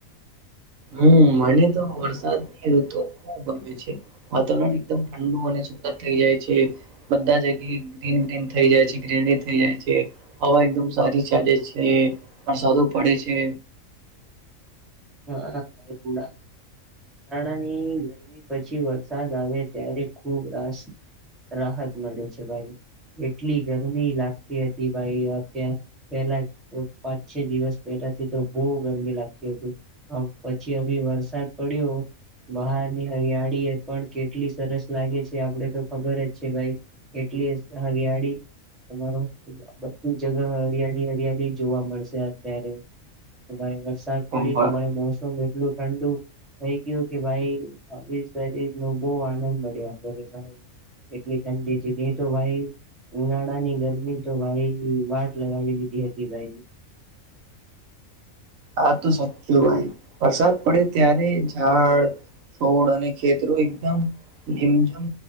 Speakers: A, on the right; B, in the centre.
A: હમ્મ, મને તો વરસાદની ઋતુ ખુબ ગમે છે, વાતાવરણ એકદમ ઠંડુ અને થઈ જાય છે, બધા જગ્યાએ ગ્રીન ગ્રીન થઈ જાય છે ગ્રીનરી થઈ જાય છે હવા એકદમ સારી ચાલે છે, વરસાદો પડે છે.
B: <unintelligible> ઉનાળાની ગરમી પછી વરસાદ આવે, ત્યારે ખુબ રાસ રાહત મળે છે ભાઈ. એટલી ગરમી લાગતી હતી ભાઈ અત્યાં પેલા પાંચ છ દિવસ થી તો બહુ ગરમી લાગતી હતી, પછી અભી વરસાદ પડ્યો બહારની હરિયાળી એ પણ કેટલી સરસ લાગે છે આપડે તો ખબર જ છે ભાઈ. એટલી હરિયાળી તમારો બધું જગા હરિયાળી હરિયાળી જોવા મળશે અત્યારે. તો ભાઈ વરસા
A: બર.
B: મોસમ એટલું ઠંડુ થઈ ગયો કે ભાઈ આવી શરીરનો બો આનંદ મળ્યા કરે ભાઈ એટલી ઠંડીજી ની તો ભાઈ ઉનાળાની ગરમી તો ભાઈ વાટ લગાવી લીધી હતી ભાઈ. <inaudible>
A: આ તો સાચ્ચું ભાઈ વરસાદ પડે ત્યારે ઝાડ છોડ અને ખેતરો એકદમ લીમઝમ